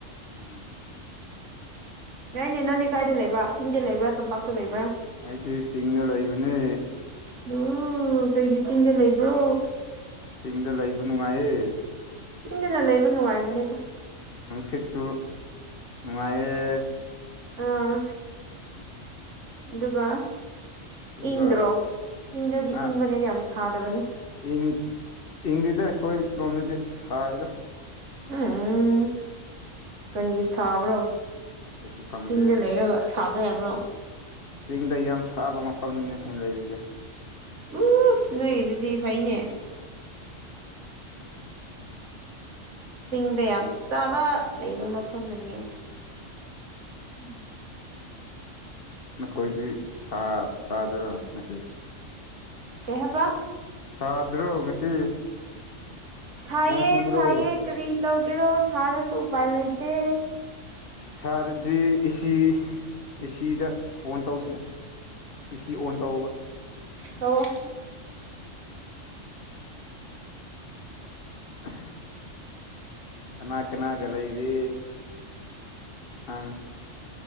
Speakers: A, on the left; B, on the right.
A: ꯎꯝ
B: ꯌꯥꯏꯅꯦ ꯅꯪꯗꯤ ꯀꯥꯏꯗ ꯂꯩꯕ ꯆꯤꯡꯗ ꯂꯩꯕ꯭ꯔꯥ ꯇꯝꯄꯥꯛꯇ ꯂꯩꯕ꯭ꯔꯥ
A: ꯑꯗꯤ ꯁꯤꯒꯅꯜ ꯑꯕꯅꯦ
B: ꯎꯝ ꯀꯩꯒꯤ ꯆꯤꯡꯒ ꯂꯩꯕ꯭ꯔꯣ
A: ꯆꯤꯡꯗ ꯂꯩꯕ ꯅꯨꯡꯉꯥꯏꯌꯦ
B: ꯏꯪꯗꯅ ꯂꯩꯕ ꯅꯨꯡꯉꯥꯏꯕꯅꯦꯗ
A: ꯎ ꯅꯨꯡꯁꯤꯠꯁꯨꯁꯨ ꯅꯨꯡꯉꯑꯌꯦ
B: ꯑꯥ ꯑꯗꯨꯒ
A: ꯑꯗꯨꯒ
B: ꯏꯪꯗ꯭ꯔꯣ ꯏꯪꯗ꯭ꯔꯗꯤ
A: ꯑ
B: ꯏꯪꯕꯅꯦꯗꯤ ꯌꯥꯝ ꯊꯥꯗꯕꯅꯦ
A: ꯏꯪ ꯏꯪꯂꯤꯗ ꯑꯩꯈꯣꯏ ꯂꯣꯝꯗꯗꯤ ꯁꯥꯏꯗ
B: ꯎꯝ ꯀꯔꯤꯒꯤ ꯁꯥꯕ꯭ꯔꯣ
A: ꯑꯩꯁꯨ ꯈꯪꯗꯦ
B: ꯆꯤꯡꯗ ꯂꯩꯔ ꯁꯥꯕ ꯍꯥꯏꯕ꯭ꯔꯣ
A: ꯆꯤꯡꯗ ꯌꯥꯝ ꯁꯥꯕ ꯃꯐꯝꯅꯤꯅꯦ ꯑꯩꯅ ꯂꯩꯔꯤꯁꯦ
B: ꯎ ꯅꯣꯏꯒꯤꯗꯨꯗꯤ ꯐꯩꯅꯦ ꯆꯤꯡꯗ ꯌꯥꯝ ꯆꯥꯕ ꯂꯩꯕ ꯃꯐꯝꯗꯨꯅꯦ ꯎꯝ
A: ꯅꯈꯣꯏꯗꯤ ꯁꯥꯗꯣꯏꯔꯣ ꯉꯁꯤ
B: ꯀꯩ ꯍꯥꯏꯕ
A: ꯁꯥꯗ꯭ꯔꯣ ꯉꯁꯤ
B: ꯁꯥꯏꯌꯦ
A: ꯅꯣꯡ ꯆꯨꯕ꯭ꯔꯣ
B: ꯁꯥꯏꯌꯦ ꯀꯔꯤ ꯇꯧꯒꯦꯔꯣ ꯁꯥꯔꯁꯨ ꯎꯄꯥꯏ ꯂꯩꯇꯦ
A: ꯁꯥꯔꯗꯤ ꯑꯦꯁꯤ ꯑꯦꯁꯤꯗ ꯐꯣꯟ ꯇꯧꯁꯅꯦ ꯁꯤ ꯑꯣꯟ ꯇꯧꯕ
B: ꯍꯜꯂꯝ
A: ꯎ ꯀꯅꯥ ꯀꯅꯥꯒꯂ ꯏꯗꯤ ꯍꯪ